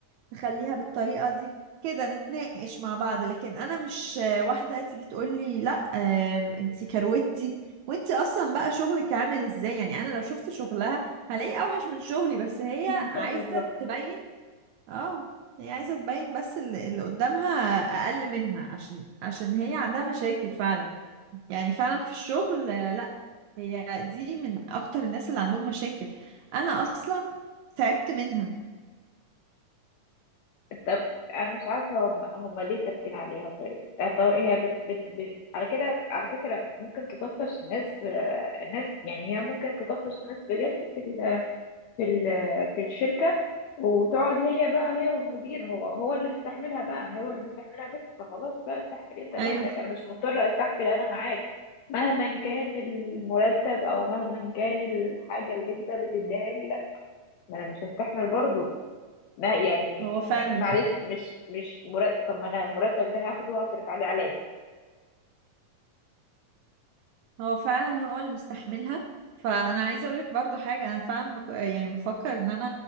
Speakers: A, on the right; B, on the left.
A: تخليها بالطريقة دي كده نتناقش مع بعض لكن أنا مش آه، واحدة تيجي تقول لي لا آه أنت كروتي وانتي اصلا بقى شغلك عامل ازاي يعني انا لو شفت شغلها هلاقي اوحش من شغلي بس هي
B: <laughs>
A: عايزة تبين اه هي عايزة تبين بس اللي اللي قدامها اقل منها عشان عشان هي عندها مشاكل فعلا يعني فعلا في الشغل آه، لا هي دي من اكتر الناس اللي عندهم مشاكل انا اصلا تعبت منها
B: طب انا مش عارفه هم هم ليه ثابتين عليها طيب يعني طب هي بت بت بت على كده على فكره ممكن تطفش ناس آه، ناس يعني هي ممكن تطفش ناس بجد في ال في ال في الشركه وتقعد هي بقى هي والمدير هو هو اللي بيستحملها بقى هو اللي بيستحملها بس فخلاص بقى استحمل انت لوحدك
A: ايوه
B: انا مش مضطره استحمل انا معاك مهما كان المرتب او مهما كان الحاجه اللي انت بتديها لي لا ما انا مش هستحمل برضه لا يعني
A: هو فعلا
B: م- معلش مش مش مرتب طب ما انا المرتب ده هاخده وهصرف عليه علاج
A: هو فعلا هو اللي مستحملها فانا عايزه اقولك برضو حاجه انا فعلا بك... يعني بفكر ان انا